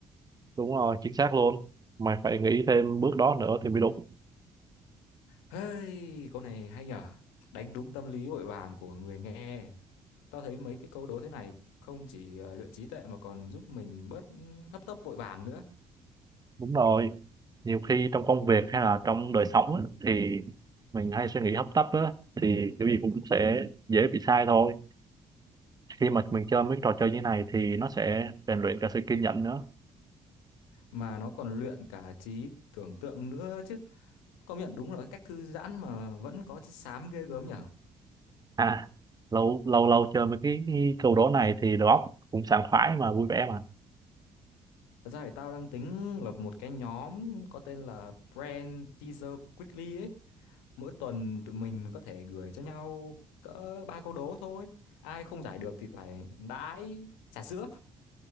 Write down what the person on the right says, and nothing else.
đúng rồi chính xác luôn mày phải nghĩ thêm bước đó nữa thì mới đúng
đúng rồi nhiều khi trong công việc hay là trong đời sống á, thì mình hay suy nghĩ hấp tấp á thì cái gì cũng sẽ dễ bị sai thôi khi mà mình chơi mấy trò chơi như này thì nó sẽ rèn luyện cả sự kiên nhẫn nữa
À, lâu lâu lâu chơi mấy cái, cái câu đố này thì đầu óc cũng sảng khoái mà vui vẻ mà.